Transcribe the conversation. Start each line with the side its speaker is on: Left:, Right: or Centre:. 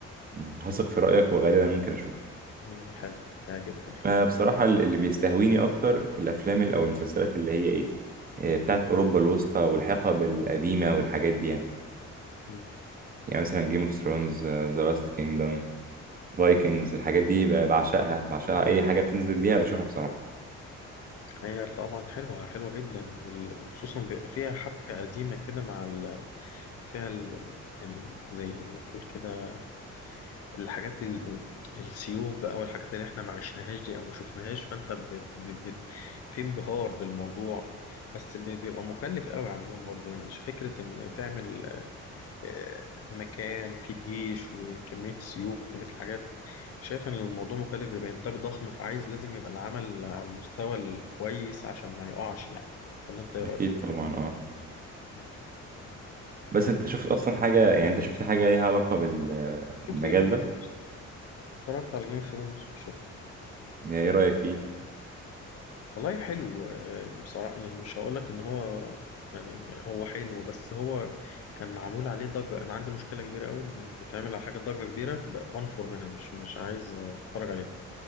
Right: مم. هثق في رأيك وغالبا ممكن اشوفه
Left: مم، حلو هيعجبك ان شاء
Right: انا
Left: الله
Right: بصراحة اللي بيستهويني اكتر الافلام ال- او المسلسلات اللي هي ايه آه، بتاعت اوروبا الوسطى والحقب القديمة والحاجات دي يعني
Left: مم.
Right: يعني مثلا جيم اوف ثرونز ذا لاست كينجدم فايكنجز الحاجات دي ب- بعشقها بعشقها اي حاجه بتنزل ليها بشوفها بصراحه
Left: هي طبعا حلوة حلوة جدا وخصوصا بيبقى فيها حبكة قديمة كده مع ال... فيها ال... يعني زي ما تقول كده الحاجات ال... السيوف بقى والحاجات اللي احنا ما عشناهاش دي او ما شفناهاش فانت ب... ب... ب... في انبهار بالموضوع بس ب- بيبقى مكلف قوي عندهم برضو يعني فكرة ان تعمل آه، مكان فيه جيش وكمية سيوف وكمية الحاجات شايف ان الموضوع مكلف بيبقى انتاج ضخم فعايز لازم يبقى العمل على المستوى الكويس عشان ما يقعش يعني ولا انت ايه رأيك؟
Right: اكيد طبعا اه
Left: مم.
Right: بس
Left: طيب
Right: انت شفت اصلا حاجه يعني انت شفت حاجه ليها علاقه بالمجال
Left: شفت جيم اوف ثرونز
Right: ده
Left: اتفرجت على جيم اوف ثرونز شفت
Right: يعني ايه رايك فيه
Left: والله حلو آه، بصراحة يعني مش هقولك إن هو يعني هو حلو بس هو كان معمول عليه ضجة أنا عندي مشكلة كبيرة أوي إن بيتعمل على حاجة ضجة كبيرة ب- بنفر منها مش مش عايز آه، أتفرج عليه